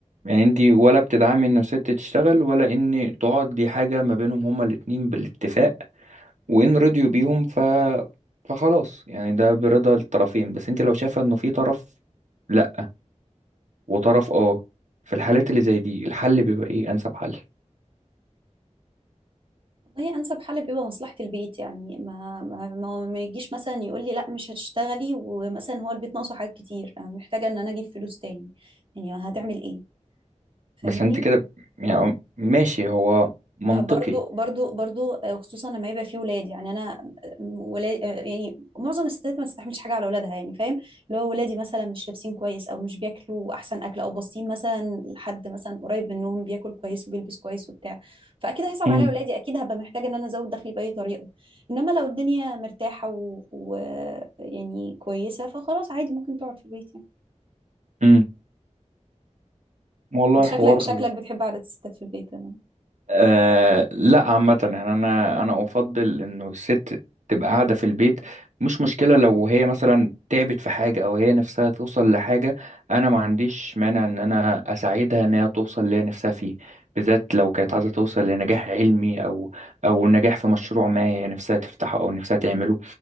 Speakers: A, on the right; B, on the right.
A: يعني انتي ولا بتدعمي انه الست تشتغل ولا ان تقعد دي حاجة ما بينهم هما الاتنين بالاتفاق وان رضيوا بيهم ف فخلاص يعني ده برضا الطرفين بس انتي لو شايفة انه في طرف لا وطرف اه في الحالات اللي زي دي الحل بيبقى ايه انسب حل
B: والله انسب حل بيبقى مصلحه البيت يعني ما ما ما ما يجيش مثلا يقول لي لا مش هتشتغلي ومثلا هو البيت ناقصه حاجات كتير أنا محتاجه ان انا اجيب فلوس تاني يعني هتعمل ايه فاهمني
A: بس انت كده يعني ماشي هو منطقي
B: برضو برضو برضو آه، خصوصا لما يبقى فيه ولاد يعني انا آه، ولاد آه، يعني معظم الستات ما تستحملش حاجه على اولادها يعني فاهم اللي هو ولادي مثلا مش لابسين كويس او مش بياكلوا احسن اكل او باصين مثلا لحد مثلا قريب منهم بياكل كويس وبيلبس كويس وبتاع فاكيد هيصعب
A: مم.
B: عليا ولادي اكيد هبقى محتاجه ان انا ازود دخلي باي طريقه انما لو الدنيا مرتاحه و... و... يعني كويسه فخلاص عادي ممكن تقعد في البيت يعني
A: مم. والله
B: انت شكلك
A: حوار
B: شكلك بتحب قعده الستات في البيت تمام
A: آه لا عامة يعني أنا أنا أفضل إنه الست تبقى قاعدة في البيت مش مشكلة لو هي مثلا تعبت في حاجة أو هي نفسها توصل لحاجة أنا ما عنديش مانع إن أنا أساعدها إن هي توصل اللي هي نفسها فيه بالذات لو كانت عايزة توصل لنجاح علمي أو أو نجاح في مشروع ما هي نفسها تفتحه أو نفسها تعمله